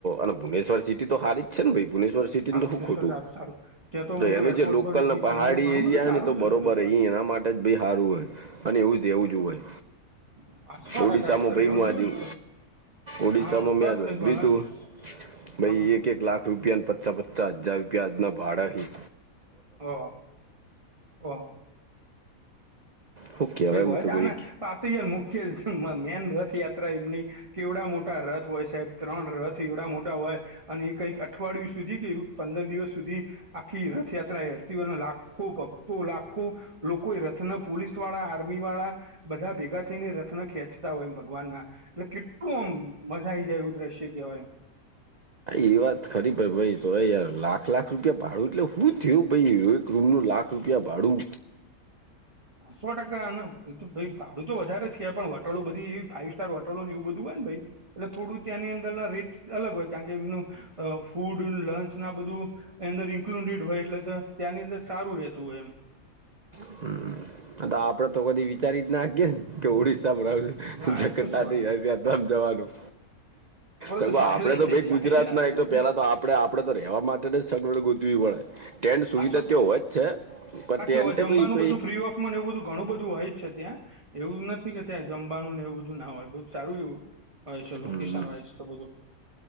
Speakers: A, on the right (about 80°); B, on the right (about 20°).
A: અને ભુનેશ્વર સિટી તો સારી જ છે, ને ભ ભુશ્વર સ તો
B: હા ભુવનેશ્વર
A: ખોટું
B: સારું સારું ત્યાં તો મોટું
A: એનું
B: એરપોર્ટ
A: જે લોકલ
B: પણ બી
A: પહાડી
B: છે એમ ઘણું
A: એરિયા
B: બધું સારું
A: ને તો
B: છે
A: બરોબર
B: એમ એવું
A: એના માટે જ ભ સારું હોય અને એવુંદુજ હોય
B: ક સો
A: ઓડિશામાં
B: ટકા એ તો
A: ભાઈમ
B: રેવું જ જોએ
A: આજું
B: ને તો
A: ઓડિશામાં
B: હા તો
A: મેં આજ
B: જ કઈક
A: હોભળ્યું
B: ગણે
A: તું
B: ને
A: ભાઈ
B: હા
A: એક એક લાખ રૂપિયાને પચાસ તો હજાર રૂપિયા અદના ભાડાહી
B: ઓ ઓ
A: શું કહેવાય
B: પ હોય
A: હું તો
B: આના
A: કોઈ
B: તો યાર મુખ્ય મેન રથયાત્રા એમની કેવડા મોટા રથ હોય સાહેબ ત્રણ રથ એવડા મોટા હોય અને એ કઈક અઠવાડિયું સુધી કે પંદર દિવસ સુધી આખી રથયાત્રા હડતી હોય લાખો તો લાખો લોકો રથના પોલીસ વાળા આર્મીવાળા બધા ભેગા થઈને રત્ન ખેંચતા હોય એમ ભગવાન ના એટલે કેટલું આમ મજા આઈ જાય એવું દ્રશ્ય કવાય એમ,
A: એ વાત ખરી પ ભાઈ તો યાર લાખ લાખ રૂપિયા ભાડું એટલે હું થયું ભ ક રૂમનું લાખ રૂપિયા ભાડું.
B: સો ટકા ને એ ભાઈ ભાડું તો વધારે જ કવાય પણ હોટલો બધી એવી ફાઈવ સ્ટાર હોટલો ને એવું બધું હોય ને ભાઈ. એટલે થોડું ત્યાંની અંદર ના રેટ અલગ હોય કારણ કે એમનું ફૂડ લંચ ના બધું. એ અંદર ઇન્ક્લુડેડ હોય એટલે ત્યાંની અંદર સારું રહેતું હોય એમ,
A: <unintelligible> આપડે તો કધી ર રીત નાખી ને કે ઓડિશસા માં રહ
B: ના
A: છું
B: એ
A: જટતા
B: તો સો
A: થ
B: ટકા
A: જશેમ જવાનું ત
B: તો સાયલેન્ટ
A: આપડે તો
B: થઈ
A: ભાઈ
B: જવાય
A: ગુજરાત
B: યાર આટલું
A: ના એક તો
B: બધું
A: પેલા તો આપડે આપણે તો રહેવા માટે ને જ સગવડ ગોતવી પડે ટેન્ટ સુવિધા
B: હા સો ટકા
A: તો હોય જ છે પણ
B: હા
A: ટેન્ટ
B: ત્યાં જમવાનું
A: પી પ
B: બધું ફ્રી ને એવું બધું ઘણું બધું હોય જ છે, ત્યાં એવું નથી કે ત્યાં જમવાનું ને એવું બધું ના હોય બુ સારું એવું વાય છે
A: હમ
B: લોકેશન વાય છે, તો બધું